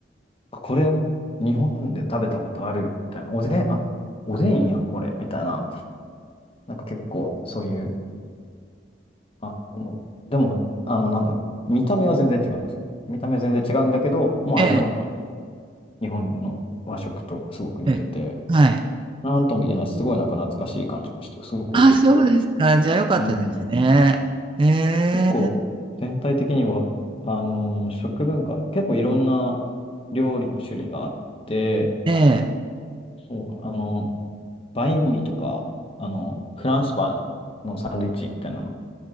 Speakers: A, on the left (about 30°); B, on the right (about 25°).
A: あこれ、日本で食べたことあるみたいな。おでん、あ、おでんやん、これ。みたいな。なんか結構、そういう、あの、思う。でも、あの、なんだろう。見た目は全然違うんですよ。見た目全然違うんだけど、もう味はなんか、
B: ええ、
A: 日本の和食とすごく似てて、
B: ええ。はい。
A: なんとも言えない、すごいなんか懐かしい感じもして、すごく面白かったです。
B: ああ、そうですか。じゃあよかったですね。
A: うん。
B: ええ、
A: 結構全体的には、あのー食文化、結構いろんな料理の種類があって、
B: ええ、
A: そうだなあのーバインミーとか、あのーフランスパンのサンドイッチみたいなの